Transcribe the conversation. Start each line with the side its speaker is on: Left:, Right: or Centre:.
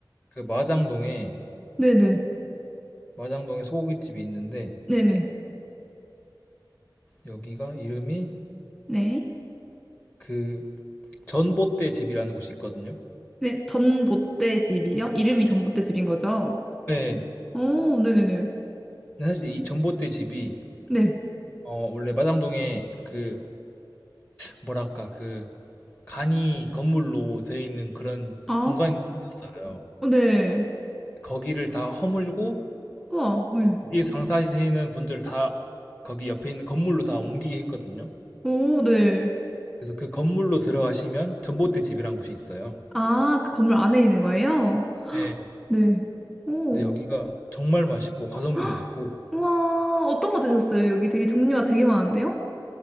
Left: 그 마장동에,
Centre: 네네.
Left: 마장동에 소고기집이 있는데,
Centre: 네네.
Left: 여기가 이름이
Centre: 네.
Left: 그 전봇대 집이라는 곳이 있거든요.
Centre: 네, 전봇대집이요? 이름이 전봇대집인 거죠?
Left: 네.
Centre: 어, 네네네.
Left: 근데 사실 이 전봇대 집이
Centre: 네.
Left: 어, 원래 마장동에 그 뭐랄까 그 간이 건물로 되어 있는 그런
Centre: 아,
Left: 공간이 있었어요.
Centre: 어, 네.
Left: 거기를 다 허물고
Centre: 우와, 네.
Left: 거기에 장사하시는 분들 다 거기 옆에 있는 건물로 다 옮기게 했거든요.
Centre: 오, 네.
Left: 그래서 그 건물로 들어가시면 전봇대 집이라는 곳이 있어요.
Centre: 아, 그 건물 안에 있는 거예요? <gasps> 헉,
Left: 네.
Centre: 네. 오.
Left: 근데 여기가
Centre: <gasps>
Left: 정말 맛있고 가성비도
Centre: 헉,
Left: 좋고
Centre: 우와, 어떤 거 드셨어요? 여기 되게 종류가 되게 많은데요?